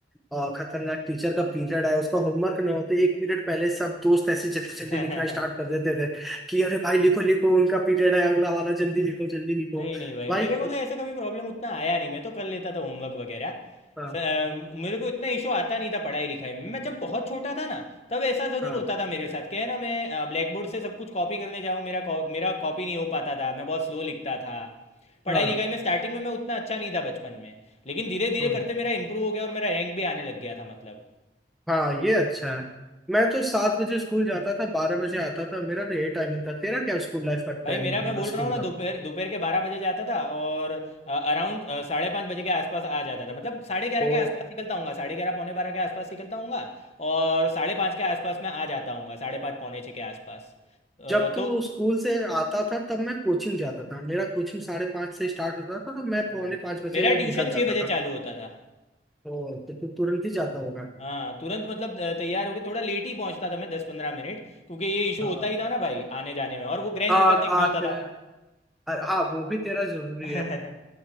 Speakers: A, in the centre; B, on the left.
A: अ, खतरनाक टीचर का पीरियड आया उसका होमवर्क ना होते एक पीरियड पहले सब दोस्त ऐसे जल्दी
B: <laughs>
A: जल्दी लिखना स्टार्ट कर देते थे कि अरे भाई लिखो लिखो उनका पीरियड है अगला वाला जल्दी लिखो जल्दी लिखो
B: नहीं नहीं भाई
A: भाई
B: मेरे को तो ऐसा कभी प्रॉब्लम उतना आया नहीं मैं तो कर लेता था होमवर्क वगैरह
A: हाँ
B: स- अ, मेरे को इतना इशू आता नहीं था पढ़ाई लिखाई में मैं जब बहुत छोटा था ना तब ऐसा ज़रूर
A: हाँ
B: होता था मेरे साथ क्या है ना मैं ब्लैक बोर्ड से सब कुछ कॉपी करने जाऊँ मेरा कॉ- मेरा कॉपी नहीं हो पाता था मैं बहुत स्लो लिखता था पढ़ाई
A: हाँ
B: लिखाई में स्टार्टिंग में मैं उतना अच्छा नहीं था बचपन में लेकिन धीरे धीरे
A: हाँ
B: करते मेरा इंप्रूव हो गया और मेरा रैंक भी आने लग गया था मतलब
A: हाँ ये अच्छा है मैं तो सात बजे स्कूल जाता था बारह बजे आता था मेरा तो ये टाइमिंग था तेरा क्या स्कूल लाइफ का टाइमिंग
B: भाई मेरा मैं
A: था मतलब
B: बोल
A: स्कूल
B: रहा हूँ ना
A: का
B: दोपहर दोपहर के बारह बजे जाता था और अराउंड साढ़े पाँच बजे के आसपास आ जाता था मतलब साढ़े ग्यारह
A: ओ
B: के आसपास निकलता हूँगा साढ़े ग्यारह पौने बारह के आसपास निकलता हूँगा और साढ़े पाँच के आसपास मैं आ जाता हूँगा साढ़े पाँच पौने छः के आसपास अ,
A: जब तू
B: तो
A: स्कूल से आता था तब मैं कोचिंग जाता था मेरा कोचिंग साढ़े पाँच से स्टार्ट होता था तो मैं
B: हाँ
A: पौने पाँच बजे
B: मेरा ट्यूशन
A: निकल जाता
B: छः बजे
A: था
B: चालू होता था
A: तो, तो तू तुरंत ही जाता होगा
B: हाँ तुरंत मतलब अ, तैयार होके थोड़ा लेट ही पहुँचता था मैं दस पंद्रह मिनट क्योंकि ये इशू
A: हाँ
B: होता ही था ना भाई आने जाने में और वो ग्रैंड
A: आँख
B: सीजर देखना
A: आँख
B: होता था
A: अ- हाँ वो भी तेरा जरूरी
B: <laughs>
A: है